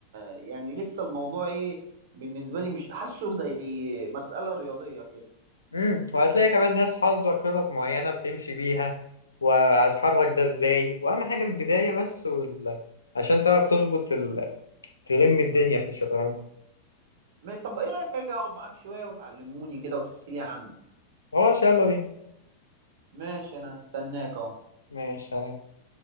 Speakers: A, on the right; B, on the left.
A: يعني لسه الموضوع ايه بالنسبه لي مش حاسه زي مساله رياضيه كده
B: امم وهتلاقي كمان ناس حافظة خطط معينة بتمشي بيها وهتحرك ده ازاي واهم حاجة البداية بس وال... عشان تعرف تظبط ال... تلم الدنيا في الشطرنج
A: ما- طب ايه رايك اجي اقعد معاك شويه وتعلموني كده وتحكي لي عنه
B: خلاص يلا بينا
A: ماشي انا هستناك اهو
B: ماشي سلام